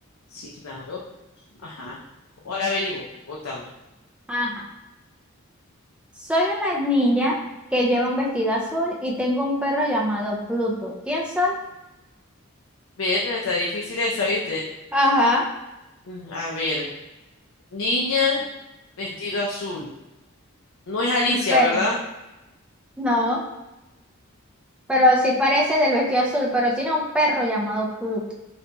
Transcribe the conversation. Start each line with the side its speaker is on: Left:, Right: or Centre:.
Left: Sí, claro. Ajá. Ahora averiguo. Votame.
Centre: Ajá. Soy una niña que lleva un vestido azul y tengo un perro llamado Pluto. ¿Quién soy?
Left: Verde, está difícil esa, ¿viste?
Centre: Ajá.
Left: Mm, A ver. Niña, vestido azul. No es Alicia,
Centre: Un perro.
Left: ¿verdad?
Centre: No, pero sí parece del vestido azul, pero tiene un perro llamado Pluto.